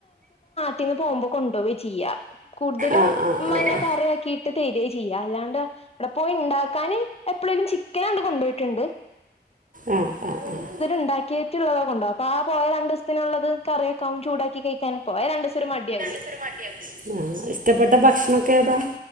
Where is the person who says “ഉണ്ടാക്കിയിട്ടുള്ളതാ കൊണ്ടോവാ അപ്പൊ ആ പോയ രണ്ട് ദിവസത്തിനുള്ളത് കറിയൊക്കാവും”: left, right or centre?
Left